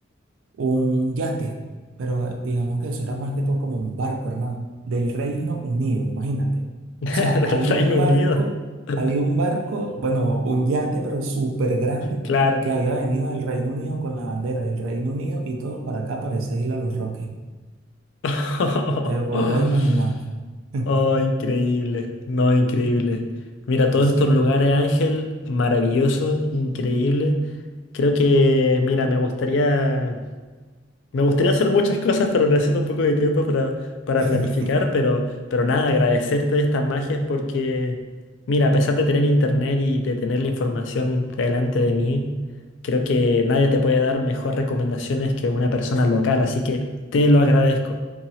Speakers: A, on the right; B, on the left.
A: un yate, pero eh, digamos que eso era más que todo como un barco, hermano, del Reino Unido, imagínate.
B: <laughs> Del
A: O sea, había
B: Reino
A: un barco,
B: Unido. <laughs>
A: había un barco, bueno, un yate, pero súper grande,
B: Claro.
A: que había venido del Reino Unido con la bandera del Reino Unido y todo para acá, para esa isla Los Roques.
B: <laughs>
A: Te podrás imaginar.
B: Oh,
A: <laughs>
B: increíble. No, increíble. Mira,
A: Pues
B: todos estos
A: sí.
B: lugares, Ángel, maravilloso, increíble. Creo que, mira, me gustaría Me gustaría hacer muchas cosas, pero necesito un poco de tiempo para, para
A: <laughs>
B: planificar, pero, pero nada, agradecerte de estas magias porque, mira, a pesar de tener internet y de tener la información delante de mí, creo que nadie te puede dar mejores recomendaciones que una persona local, así que te lo agradezco.